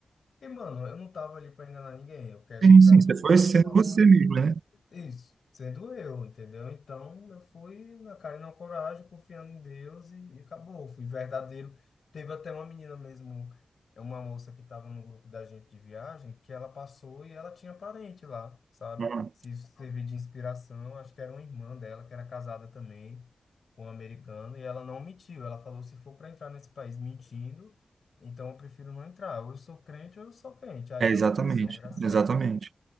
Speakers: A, on the left (about 70°); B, on the right (about 80°).
A: Porque, mano, eu não tava ali pra enganar ninguém. Eu quero
B: Sim,
A: ir
B: sim,
A: pra Tulsa,
B: você foi sendo
A: Oklahoma.
B: você mesmo, né?
A: Isso, sendo eu, entendeu? Então eu fui na cara e na coragem, confiando em Deus e, e acabou. Fui verdadeiro. Teve até uma menina mesmo, é uma moça que estava no grupo da gente de viagem, que ela passou e ela tinha parente lá, sabe?
B: Uhum.
A: Se isso servir de inspiração, acho que era uma irmã dela que era casada também com um americano e ela não mentiu. Ela falou: se for para entrar nesse país mentindo, então eu prefiro não entrar. Ou eu sou crente ou eu sou crente. Aí
B: É,
A: ela
B: exatamente,
A: passou, graças
B: exatamente.
A: a Deus,